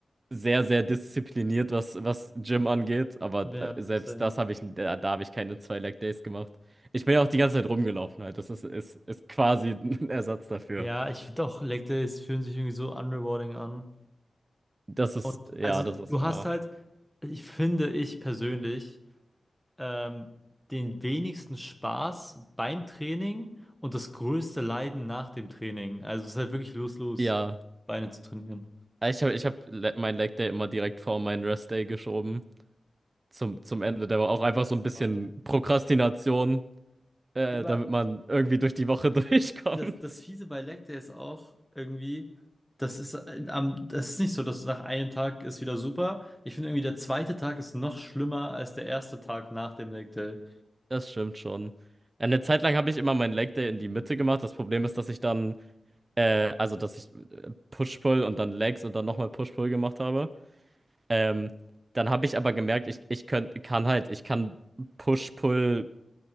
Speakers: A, on the right (about 30°); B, in the centre.
A: sehr, sehr diszipliniert, was, was Gym angeht. Aber
B: <laughs> ja,
A: äh, selbst
B: same.
A: das habe ich, da, da habe ich keine zwei Leg Days gemacht. Ich bin ja auch die ganze Zeit rumgelaufen halt. Das ist, ist, ist quasi <laughs> ein Ersatz dafür.
B: Ja, ich finde auch Leg Days fühlen sich irgendwie so unrewarding an.
A: Das ist,
B: Und
A: ja,
B: also
A: das ist
B: du
A: wahr.
B: hast halt, ich finde ich persönlich, ähm, den wenigsten Spaß beim Training und das größte Leiden nach dem Training. Also es ist halt wirklich lose-lose,
A: Ja.
B: Beine zu trainieren.
A: Ich habe ich hab le- mein Leg Day immer direkt vor meinen Rest Day geschoben. Zum, zum Ende. Der war auch
B: Ja,
A: einfach so
B: das
A: ein bisschen
B: ist hart.
A: Prokrastination, äh,
B: Ja, aber
A: damit man irgendwie durch die Woche <laughs> durchkommt.
B: das, das Fiese bei Leg Day ist auch irgendwie, das ist, äh, am, das ist nicht so, dass nach einem Tag ist wieder super. Ich finde irgendwie, der zweite Tag ist noch schlimmer als der erste Tag nach dem Leg Day.
A: Das stimmt schon. Eine Zeit lang habe ich immer meinen Leg Day in die Mitte gemacht. Das Problem ist, dass ich dann, äh, also dass ich äh, Push-Pull und dann Legs und dann nochmal Push-Pull gemacht habe. Ähm, dann habe ich aber gemerkt, ich, ich könnt, kann halt, ich kann Push-Pull,